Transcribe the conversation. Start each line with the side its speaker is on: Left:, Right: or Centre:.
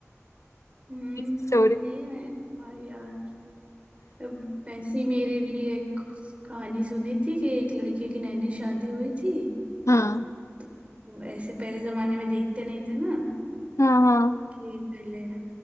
Right: हम्म
Left: स्टोरी
Right: समझ गई मैं भाई यार अब ऐसी मेरे भी एक कहानी सुनी थी कि एक लड़के की नैनी शादी हुई थी
Left: हाँ
Right: तो ऐसे पहले जमाने में देखते नहीं थे ना
Left: हाँ हाँ
Right: कि पहले